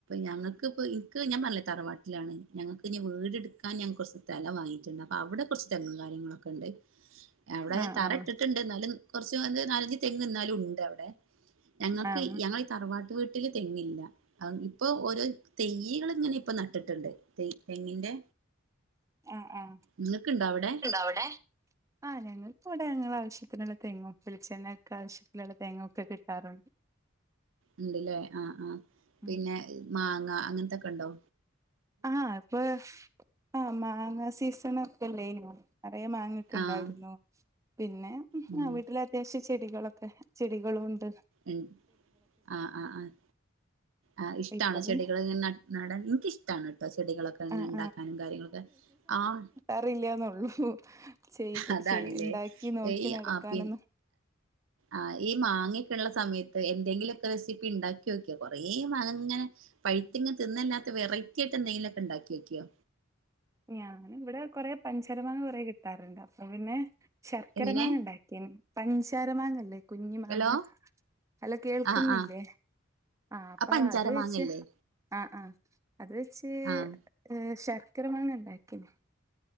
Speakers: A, on the right; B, on the right.
A: ഞങ്ങക്ക്പ്പൊ ഇൻക്ക് ഞാൻ പറഞ്ഞില്ലേ തറവാട്ട്ലാണ് ന്ന് ഞങ്ങൾക്ക്ഞ്ഞി വീടട് കാൻ ഞാൻ കൊറച്ച് സ്ഥലം വാങ്ങീട്ടുണ്ട് അപ്പൊ അവ്ടെ കൊറച്ച് തെങ്ങും കാര്യങ്ങളൊക്കെണ്ട്. അവിടെ
B: ആഹ്
A: തറ
B: ആഹ്
A: ഇട്ടിട്ടുണ്ട് ന്നാലും കുറച്ച് നാലഞ്ച് തെങ്ങ്ന്നാലും ഉണ്ട് അവ്ടെ. ഞങ്ങക്ക്
B: ആഹ്
A: ഞങ്ങളീ തറവാട്ട് വീട്ടില് തെങ്ങില്ല. ഇപ്പൊ ഓരോ തയ്യികള് ഇങ്ങനെ ഇപ്പ നട്ടിട്ടുണ്ട് ത തെങ്ങിന്റെ.
B: അഹ് ആഹ്
A: നിങ്ങൾക്കുണ്ടോ അവിടെ
B: ഉണ്ടോ അവിടെ ആഹ് ഞങ്ങൾക്ക് ഇവ്ടെ ഞങ്ങളെ ആവശ്യത്തിനുള്ള തെങ്ങും വെളിചെണ്ണക്കെ ആവശ്യത്തിനുള്ള തേങ്ങ ഒക്കെ കിട്ടാറുണ്ട്.
A: ഇണ്ട്ല്ലേ ആഹ് ആഹ് പിന്നെ
B: ഉം
A: മാങ്ങ അങ്ങനത്തൊക്കെ ഇണ്ടോ?
B: ആഹ് ഇപ്പോ ആഹ് മാങ്ങ സീസൺ ഒക്കെല്ലേയ്നോ കൊറേ മാങ്ങ ക്കെണ്ടാരുന്നു
A: ആഹ്
B: പിന്നെ ഹും
A: ഉം
B: വീട്ടിലത്യാശ്യം ചെടികളൊക്കെ ചെടികളൂണ്ട്
A: ഉം ആഹ് ആഹ് ആഹ് ആഹ് ഇഷ്ടാണോ
B: ഇപ്പൊ
A: ചെടികള്
B: പിന്നെ
A: ഇങ്ങനെ ന നടാൻ ഇൻക്കിഷ്ടാണ് ട്ടോ ചെടികളൊക്കെ ഇങ്ങൻ
B: ആഹ്
A: ഇണ്ടാക്കാനും കാര്യങ്ങളക്കെ ആഹ്
B: അറീല്ലന്നൊള്ളൂ ചെയ്ത്
A: അതാണില്ലേ
B: ചെയ് ഇണ്ടാക്കി നോക്കി
A: ഈ
B: നടക്കാനൊന്നും
A: ആഹ് പി ആഹ് ഈ മാങ്ങൊക്കെ ഉള്ള സമയത്ത് എന്തെങ്കിലുക്കെ റെസിപ്പി ണ്ടാക്കി നോക്ക്യോ കൊറേ മാങ്ങേങ്ങനെ. പഴുത്തിങ്ങ് തിന്നല്ലാത്തെ വെറൈറ്റി ആയിട്ടെന്തങ്കിലൊക്കെ ഇണ്ടാക്കി യോക്കിയോ?
B: ഞാനിവടെ കൊറെ പഞ്ചരമാങ്ങ കൊറേ കിട്ടാറുണ്ട് അപ്പോ പിന്നെ ശർക്കര
A: എങ്ങനെ
B: മാങ്ങ ഇണ്ടാ പിന പഞ്ചര മാങ്ങല്ലേ കുഞ്ഞി മാങ്ങ
A: ഹലോ
B: അലോ കേൾക്കുന്നില്ലേ?
A: ആഹ് ആഹ്
B: ആഹ് അപ്പ
A: ആ പഞ്ചാര
B: അത് വെച്ച്
A: മാങ്ങല്ലേ
B: ആഹ് ആഹ് അത് വെച്ച്
A: ആഹ്
B: ഏഹ് ശർക്കര മാങ്ങ ഇണ്ടാക്കിന്